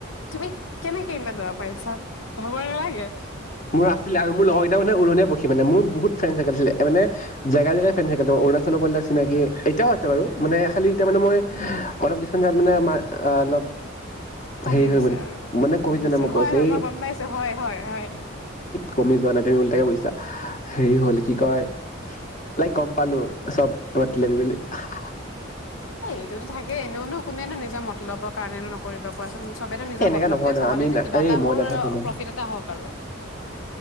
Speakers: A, on the left (about 85°); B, on the left (about 40°).
A: তুমি কেনেকে এবা যাব পাৰিছা। ভাবৰ নালাগে।
B: মোৰ আছিলে আৰু মোৰ লগৰ কেইটা মানে উৰুণিয়া পখি মানে মোৰ বহুত ফ্ৰেনডছ আছিলে মানে জেগাই জেগাই ফ্ৰেনডছ আছিলে অৰুণাচলৰ পৰা চিনাকি এতিয়াও আছে বাৰু মানে খালি এতিয়া মানে মই অলপ কিছুমান জাগাত মানে আমাৰ অলপ
A: কমি
B: হেৰি হৈ
A: গৈছে
B: গ'ল
A: আৰু
B: মানে
A: কমি
B: যোৱা
A: গৈছে
B: নাই মই কৈছো
A: হয় হয়
B: এই
A: মই গম পাইছো হয় হয় হয়
B: কমি যোৱা নাই তুমি ওলটাকে বুজিছা হেৰি হল কি কয় তাইক গম পালো চব মতলবি বুলি, হাঁ হাঁ হাঁ
A: এ এইটোতো থাকে এনেওনো কোনেনো নিজে মতলবৰ কাৰণেনো নকৰিব। কোৱাচোন চবেইটো নিজৰ
B: এনেকা
A: মতলবটোৱে
B: নহয় ন
A: চাবা
B: আমি
A: নাই যে কিবা
B: আৰে
A: এটা
B: মই
A: মোৰ
B: নাথাকো ন
A: প্ৰফিট এটা হওঁক আৰু